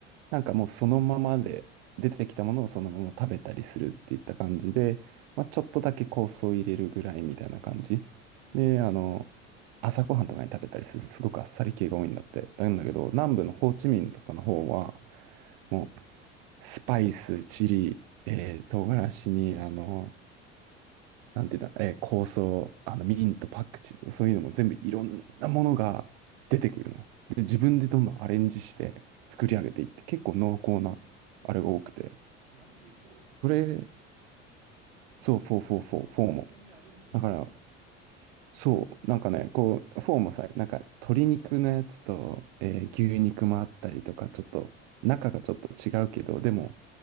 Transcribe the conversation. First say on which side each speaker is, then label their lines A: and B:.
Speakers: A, on the right; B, on the right.
A: なんかもうそのままで出てきたものをそのまま食べたりするっていった感じで、まあ、ちょっとだけ香草を入れるぐらいみたいな感じ
B: うん。
A: であの朝ごはんとかに食べたりするすごくあっさり系が多いんだってなんだけど南部のホーチミンとかの方はもうスパイスチリ、えー、唐辛子にあのなんていうんだ、えー香草、あの、ミント、パクチーとかそういうのも全部いろんなものが出てくるのよ。で、自分でどんどんアレンジして作り上げていって、結構濃厚なあれが多くて。
B: なんていう、フォー、その、フォーの話自
A: それ、そう、フォーフォーフォー、フォーも。
B: 分でアレンジできんだ。
A: だから、そう、なんかね、こう、フォーもさ、なんか鶏肉のやつと、えー牛肉もあったりとか、
B: うん。
A: ちょっと、中がちょっと違うけど、でも、